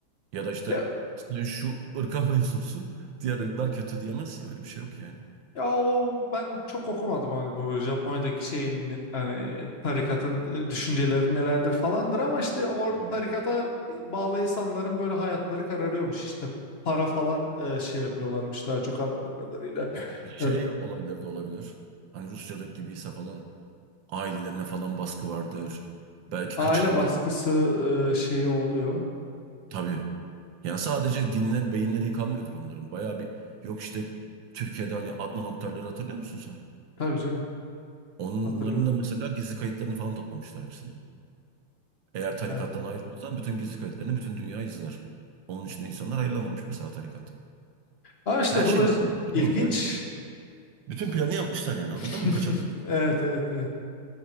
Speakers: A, on the right; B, on the left.
A: Ya da işte
B: Ya
A: sen şu ırka <laughs> mensupsun, diğer ırklar kötü diyemezsin ya. Öyle bir şey yok yani.
B: ya o ben çok okumadım hani bu Japonya'daki şeyin hani tarikatın e, düşünceleri nelerdir falandır ama işte o
A: Hı.
B: tarikata e, bağlı insanların böyle hayatları kararıyormuş işte para falan e, şey yapıyorlarmış daha çok anladığım kadarıyla.
A: Şey
B: Ya,
A: olayları da olabilir. Hani Rusya'daki gibiyse falan ailelerine falan baskı vardır. Belki
B: aile
A: kaçırılıyor.
B: baskısı e, şeyi oluyor.
A: Tabii. Yani sadece dinle beyinleri yıkanmıyordur onların. Bayağı bir yok işte Türkiye'de hani Adnan Oktar'ları hatırlıyor musun sen?
B: Tabii canım
A: Onların
B: hatırlıyorum.
A: da mesela gizli kayıtlarını falan toplamışlar hepsinin. Eğer tarikattan
B: Ha.
A: ayrılırsan bütün gizli kayıtlarını bütün dünya izler. Onun için de insanlar ayrılamamış mesela tarikat.
B: Ama işte
A: Her
B: burada
A: şeyi düşünmüşler
B: ilginç.
A: oğlum yani. Bütün planı yapmışlar yani
B: <laughs>
A: anladın mı kaçamayacaktan.
B: Evet evet evet.